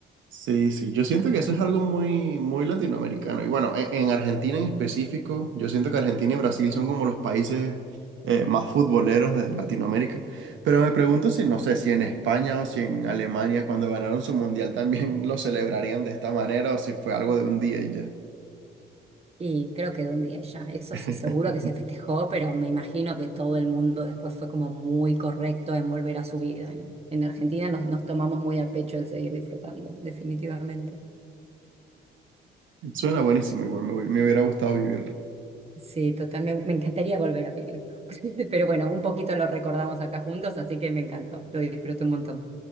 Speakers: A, on the right (about 75°); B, on the right (about 30°).
A: Sí, sí, yo siento que eso es algo muy, muy latinoamericano. Y bueno, en, en Argentina en específico, yo siento que Argentina y Brasil son como los países eh, más futboleros de Latinoamérica. Pero me pregunto si, no sé, si en España o si en Alemania, cuando ganaron su mundial, también lo celebrarían de esta manera o si fue algo de un día y ya.
B: Y creo que de un día ya, eso
A: <laughs>
B: sí, seguro que se festejó, pero me imagino que todo el mundo después fue como muy correcto en volver a su vida. En, en Argentina nos, nos tomamos muy a pecho el seguir disfrutando, definitivamente.
A: Suena buenísimo, igual me, hu- me hubiera gustado vivirlo.
B: Sí, total, me, me encantaría volver a vivirlo. <laughs> Pero bueno, un poquito lo recordamos acá juntos, así que me encantó, lo disfruto un montón.